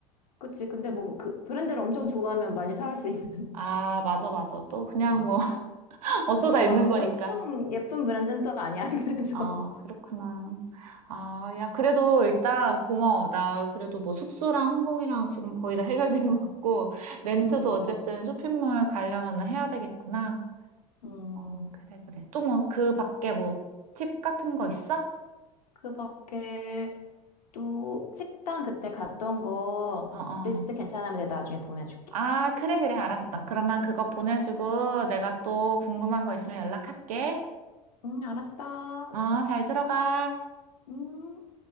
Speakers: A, on the left; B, on the right.
A: 그치. 근데 뭐 그 브랜드를 엄청 좋아하면 많이 살 수 있는.
B: 아, 맞아, 맞아. 또 그냥
A: 음.
B: 뭐 <laughs> 어쩌다
A: 그게 막
B: 있는 거니까.
A: 엄청 예쁜 브랜드는 또 아니야. <laughs> 그래서
B: 아, 그렇구나. 아, 야, 그래도 일단 고마워. 나 그래도 뭐 숙소랑 항공이랑 지금 거의 다 해결된 것 같고, 렌트도
A: 음.
B: 어쨌든 쇼핑몰 가려면 해야 되겠구나.
A: 음.
B: 어, 그래, 그래. 또 뭐 그 밖에 뭐 팁 같은 거 있어?
A: 그밖에 또 식당 그때 갔던 거
B: 어, 어.
A: 리스트 괜찮으면 내가 나중에 보내줄게.
B: 아, 그래, 그래. 알았어.
A: 음.
B: 그러면 그거 보내주고 내가 또 궁금한 거 있으면 연락할게.
A: 음, 알았어.
B: 어, 잘 들어가.
A: 음.